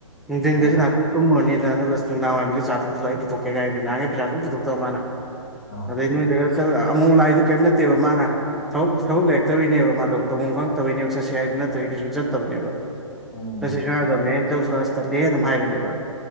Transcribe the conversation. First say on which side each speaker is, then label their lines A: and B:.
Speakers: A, in the centre; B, on the left (about 35°).
A: ꯅꯨꯡꯊꯤꯟꯒꯁ
B: ꯑꯥ
A: ꯉꯅꯥꯥꯛꯇꯪ꯫ ꯇꯨꯝꯃꯨꯔꯅꯤꯗꯅ ꯑꯗꯨꯒ ꯅꯨꯡꯗꯥꯡꯏꯝꯁꯨ ꯆꯥ ꯊꯥꯛꯎꯁꯤ ꯂꯥꯎ ꯑꯩ ꯄꯨꯊꯣꯛꯀꯦ ꯀ ꯍꯥꯏꯗꯣꯏꯅꯤ ꯅꯍꯥꯟꯈꯩ ꯄꯩꯁꯥ ꯁꯨꯡꯄꯨ ꯄꯨꯊꯣꯛꯇꯕ ꯃꯥꯅ꯫
B: ꯑꯥ꯫
A: ꯑꯗꯩꯩ ꯅꯣꯏꯗ ꯆꯠ ꯑꯃꯨꯛ ꯂꯥꯛꯏꯗꯨ ꯀꯩꯝꯕꯅꯠꯇꯦꯕ ꯃꯥꯅ꯫ ꯊꯛ ꯊꯕꯛ ꯂꯩꯔꯛꯇꯕꯩꯅꯦꯕ ꯃꯥꯗꯣ ꯇꯧꯐꯝ ꯈꯪꯉꯛꯇꯕꯩꯅꯦꯕ ꯆꯠꯁꯦ ꯍꯥꯏꯗꯨ ꯅꯠꯇ꯭ꯔꯗꯤ ꯀꯩꯁꯨ ꯆꯠꯇꯕꯅꯦꯕ꯫
B: ꯎꯝ
A: ꯆꯁꯤ ꯁꯨꯡꯌꯥ ꯌꯥꯗꯕꯅꯦ ꯆꯧꯁꯤꯂꯥꯎ ꯍꯥꯏꯁꯨ ꯇꯥꯜꯂꯤꯍꯦ ꯑꯗꯨꯝ ꯍꯥꯏꯕꯅꯦꯕ꯫